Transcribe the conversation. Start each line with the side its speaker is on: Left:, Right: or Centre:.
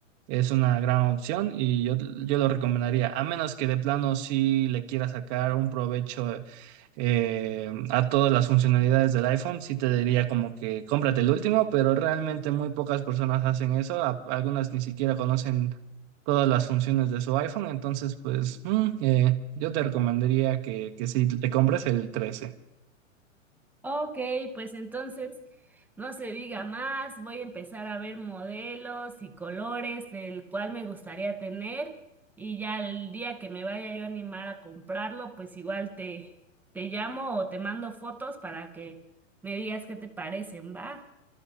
Right: es una gran opción y yo, yo lo recomendaría, a menos que de plano sí le quiera sacar un provecho eh, a todas las funcionalidades del iPhone, sí te diría como que cómprate el último, pero realmente muy pocas personas hacen eso, a- algunas ni siquiera conocen todas las funciones de su iPhone, entonces pues mm, eh, yo te recomendaría que, que sí te compres el 13.
Centre: Ok, pues entonces no se diga más, voy a empezar a ver modelos y colores del cual me gustaría tener y ya el día que me vaya yo a animar a comprarlo, pues igual te, te llamo o te mando fotos para que me digas qué te parecen, ¿va?